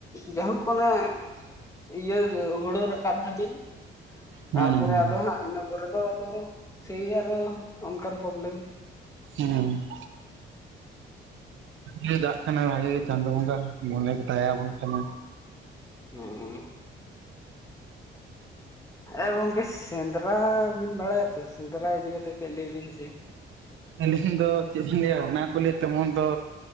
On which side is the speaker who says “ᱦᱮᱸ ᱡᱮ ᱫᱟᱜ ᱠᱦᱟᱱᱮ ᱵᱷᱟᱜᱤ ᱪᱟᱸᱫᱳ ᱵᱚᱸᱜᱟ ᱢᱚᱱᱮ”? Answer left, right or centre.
Right